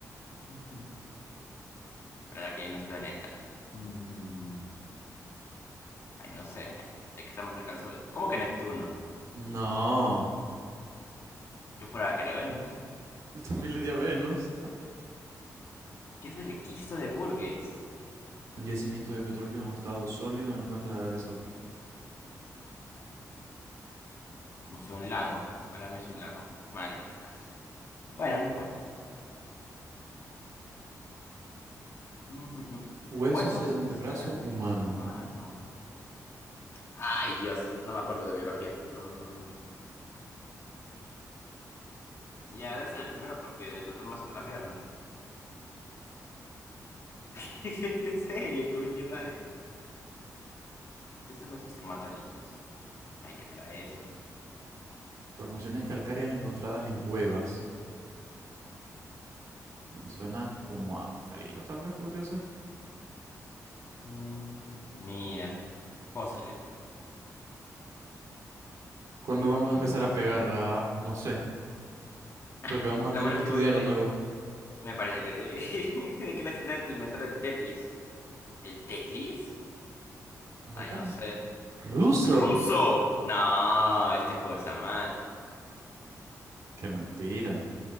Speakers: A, on the left; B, on the right.
A: <laughs> ¿Verdad que ya no es planeta? Mm, ay, no sé. Hay que estar más cerca del Sol. ¿Cómo que Neptuno?
B: No.
A: Yo juraba que era Venus.
B: <laughs> yo También le di a Venus.
A: ¿Qué es el equisto de Burgess?
B: Un yacimiento de petróleo en un estado sólido en el cuenco de Arabia Saudita.
A: No sé, un lago. Para mí es un lago. Maldita sea. Bueno, no importa. Mm, mm, mm.
B: Huesos
A: Huesos
B: del antebrazo
A: del antebrazo
B: humano.
A: humano. Ay, Dios, no me acuerdo de biología. Mm, Ya debe ser el primero porque los demás son de la pierna. <laughs> En serio, Cubit y Radius. ¿Qué son los estrematolitos? Ay, ¿qué será eso?
B: Formaciones calcáreas encontradas en cuevas. Suena como a frío, tal vez podría ser.
A: Mm, mira, fósiles.
B: ¿Cuándo
A: ¿Pero
B: vamos
A: por qué
B: a
A: les
B: empezar
A: llamas
B: a pegarla?
A: así?
B: No sé. Creo
A: <laughs>
B: que vamos
A: Lo
B: a tener
A: bueno
B: que
A: es
B: estudiar
A: que voy tres.
B: de nuevo.
A: Me parece que sí. <laughs> ¿De qué nacionalidad es el mentor del Tetris? ¿El Tetris?
B: ¿Americano?
A: Ay, no sé.
B: ¿Ruso?
A: ¡Ruso! No, este juego está mal.
B: ¡Qué mentira!